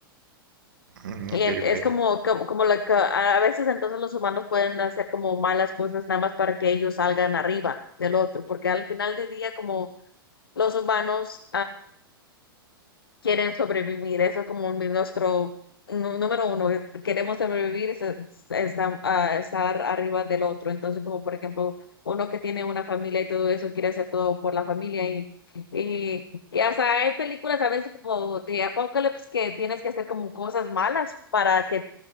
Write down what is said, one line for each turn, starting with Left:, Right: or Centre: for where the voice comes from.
Right: Mm,
Left: Y
Right: Ok,
Left: en- es
Right: ok.
Left: como, como, como la, que- a a veces entonces los humanos pueden hacer como malas cosas nada más para que ellos salgan arriba del otro, porque al final del día como los humanos quieren sobrevivir. Eso es como mi- nuestro nu- número uno. Queremos sobrevivir y se- se- está- a estar arriba del otro. Entonces, como por ejemplo, uno que tiene una familia y todo eso, quiere hacer todo por la familia. Y, y, y hasta hay películas a veces como de Apocalypse que tienes que hacer como cosas malas para que,